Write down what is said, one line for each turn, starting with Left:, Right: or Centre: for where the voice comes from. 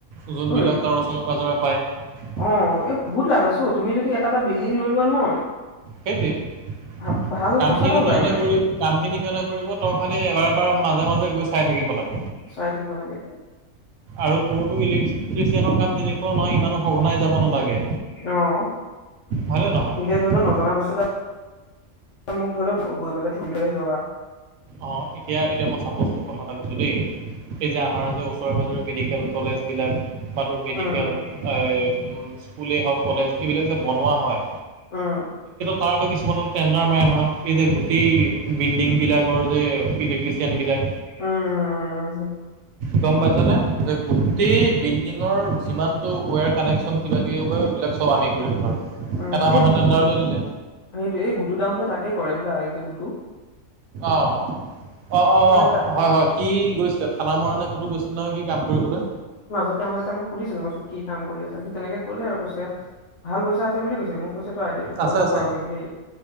Right: ওজনবিলাক
Left: ঐ
Right: তাৰ ওচৰে পাঁজৰে পায়।
Left: অ', এই বহুত লাভ আছো তুমি যদি এটা, এটা বিল্ডিং লৈ লোৱা নহয়
Right: সেইটোৱেইে
Left: ভা ভাল
Right: কামখিনি
Left: পইচা এটা ওলাই
Right: সিহঁতে
Left: মানে
Right: কৰি কামখিনি সিহঁতে কৰিব তই খালি এবাৰ বাৰ মাজে মাজে গৈ চাই থাকিব লাগে
Left: চাই থাকিব লাগে
Right: আৰু তোৰতো ইলেক্ট্ৰিচিয়ানৰ কাম তেনেকুৱা নহয় ইমানো সঘনাই যাব নালাগে।
Left: অ',
Right: হয়নে নহয়।
Left: তেতিয়া ধৰি লও নজনা বস্তু মোক ধৰি লওক গৈ পেলাই ঠিক লৈ ধৰি লবা।
Right: অ এতিয়া, এতিয়া মই চাপোজ তোক কথা এটা কৈছো দেই এই যে আমাৰ যে ওচৰে পাজৰে মেডিকেল কলেজ বিলাক বা তোৰ মেডিকেল,
Left: উম উম
Right: এ স্কুলে হওক, বা কলেজ এইবিলাক যে বনোৱা হয়।
Left: উম।
Right: তাৰো কিছুমানত টেণ্ডাৰ মাৰে নহয়। এই যে গোটেই বিল্ডিং বিলাক। আগৰ যে ইলেক্ট্ৰিচিয়ানবিলাক।
Left: উম-উম-উম-উম।
Right: গম পাইছনে যে গোটেই বিল বিল্ডিংৰ যিমানটো ৱেৰ কানেকশ্বন কিবা কিবি এইবিলাক চব আমি কৰিম ধৰ
Left: উম,
Right: এটা মানুহে
Left: এই
Right: টেণ্ডাৰটো দিলে
Left: সেইটোৱে। এই গুটুদাহ'তে তাকে কৰে হবলা। এই যে গুদু।
Right: অ। অ, অ,
Left: তাক
Right: অ, হয়, হয় সি গৈছিলে ফালা মাৰাণে ক'তো গৈছিলে নহয় সি কাম কৰিবলৈ।
Left: তাতে তাক মোক সুধিছিলো মই কি কাম কৰি আছা সি তেনেকে ক'লে আৰু কৈছে ভাল পইচা আছে বুলি কৈছে মোক কৈছে। আইডিয়াটো পঢ়িব
Right: আছে আছে
Left: পাৰো কিন্তু দেই।